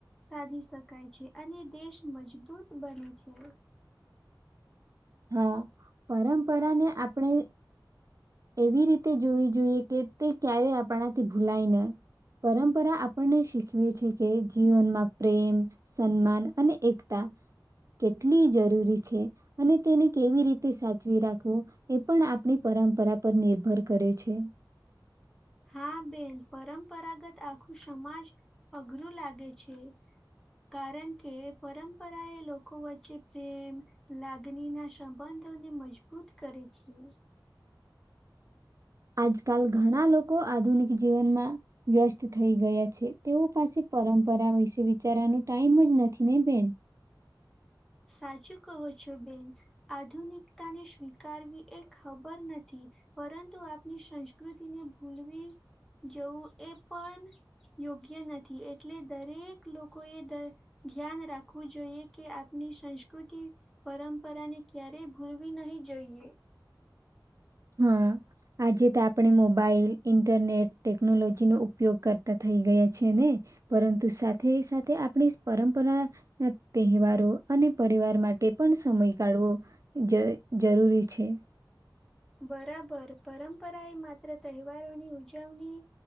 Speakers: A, in the centre; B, on the right.
A: સાધી શકાય છે. અને દેશ મજબૂત બને છે.
B: હા, પરંપરા ને આપણે એવી રીતે જોવી જોઈએ કે તે ક્યારે આપણાથી ભૂલાય ન, પરંપરા આપણને શીખવે છે કે જીવનમાં પ્રેમ, સન્માન અને એકતા કેટલી જરૂરી છે અને તેને કેવી રીતે સાચવી રાખવું એ પણ આપણી પરંપરા પર નિર્ભર કરે છે.
A: હા બેન પરંપરાગત આખું સમાજ અઘરું લાગે છે, કારણ કે પરંપરા એ લોકો વચ્ચે પ્રેમ, લાગણીના સંબંધોને મજબૂત કરે છે.
B: આજકાલ ઘણા લોકો આધુનિક જીવનમાં વ્યસ્ત થઈ ગયા છે, તેઓ પાસે પરંપરા વિશે વિચારાનો ટાઈમ જ નથી ને બેન.
A: સાચું કહો છો બેન આધુનિકતાને સ્વીકારવી એ ખબર નથી, પરંતુ આપની સંસ્કૃતિને ભૂલવી જવું એ પણ યોગ્ય નથી એટલે દરેક લોકો એ ધ્યાન રાખવું જોઈએ કે ની સંસ્કુટિ પરંપરાને ક્યારેય ભૂલવી નહી જઈએ.
B: હા, આજે તો આપણે મોબાઈલ, ઇન્ટરનેટ ટેકનોલોજીનો ઉપયોગ કરતાં થઈ ગયા છેને, પરંતુ સાથે સાથે આપણી પરંપરાના તહેવારો અને પરિવાર માટે પણ સમય કાઢવો જ જરૂરી છે.
A: બરાબર, પરંપરા એ માત્ર તહેવારોની ઉજવણી